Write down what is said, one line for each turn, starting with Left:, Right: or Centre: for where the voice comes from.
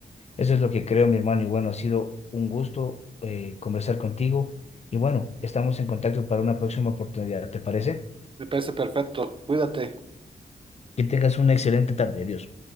Left: Eso es lo que creo, mi hermano. Y bueno, ha sido un gusto eh, conversar contigo. Y bueno, estamos en contacto para una próxima oportunidad, ¿te parece?
Right: Me parece perfecto. Cuídate.
Left: Que tengas una excelente tarde. Adiós.